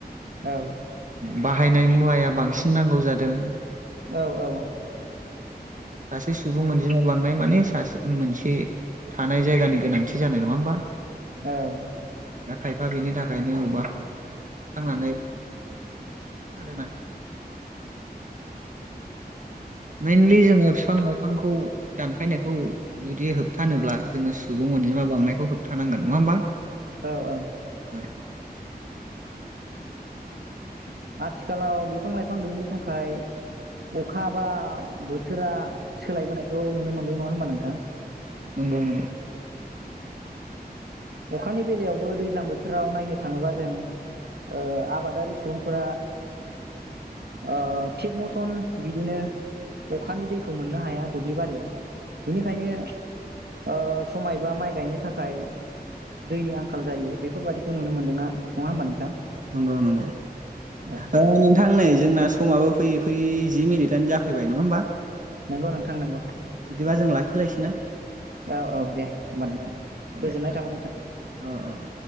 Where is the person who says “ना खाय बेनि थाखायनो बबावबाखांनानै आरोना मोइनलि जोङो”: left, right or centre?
Right